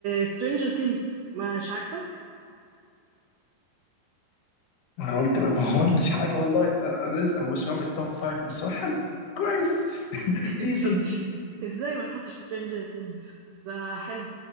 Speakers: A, on the right (about 80°); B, on the left (about 80°).
A: Stranger Things مش عاجبك
B: ما انا قلت ما قلتش حاجه والله رزق هو مش فاهم التوب فايف بس هو حلو كويس <laughs>
A: <laughs>
B: ديسنت
A: ازاي ما تحطش Stranger Things ده حلو